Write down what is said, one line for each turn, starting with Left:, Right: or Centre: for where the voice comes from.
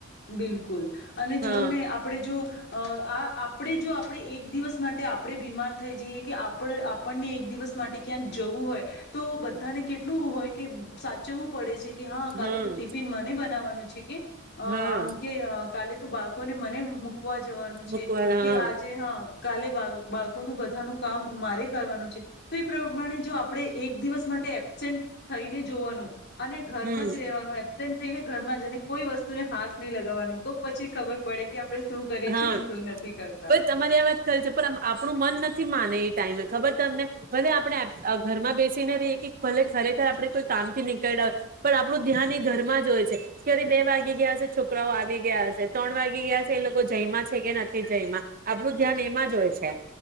Left: બિલકુલ અને
Right: હા
Left: જોને આપણેે જો આ આ આપણે જો આપણે એક દિવસ માટે આપણે બીમાર થઈ જઈએ કે આપણ આપણને એક દિવસ માટે ક્યાંક જવું હોય તો બધાને કેટલું હોય કે સાચવવું પડે છે કે હા
Right: હમ
Left: કાલે તો ટિફિન મને બનાવાનું છે છે કે અ આમકે
Right: હા
Left: કાલે બાળકો ને મને વા જવાનું
Right: મૂકવા
Left: છે
Right: હા
Left: કે આજે હા કાલે બાર બાળકોનું બધાનું કામ મારે કરવાનું છે તો એ પ્રમાણે જો આપણે એક દિવસ માટે એબ્સેન્ટ થઈને જોવાનું અને ઘરમાં
Right: હમ
Left: જ રહેવાનું એબસેન્ટ થઈને ઘરમાં જ અને કોઈ વસ તો ને હાથ નહી લગાવવાની તો પછી ખબર પડે કે આપણે શું કરીએ
Right: હા
Left: છીએ ને શું નથી કરતા.
Right: ભઈ તમારી આ વાત ખરી છે. પણ આપણું મન નથી માને ટાઈમે ખબર તમને. ભલે આપડે આ ઘરમાં બેસીને રહીએ કે ભલે ખરેખર આપડે કોઈ કામ થી નીકળ્યા હોય પણ આપડું ધ્યાન એ ઘર માં જ હોય છે ક્યારે બે વાગી ગયા હશે છોકરાઓ આવી ગયા હશે ત્રણ વાગી ગયા હ થી એ લોકો જમ્યા છે કે નથી જમ્યા આપણું ધ્યાન એમાં જ હોય છે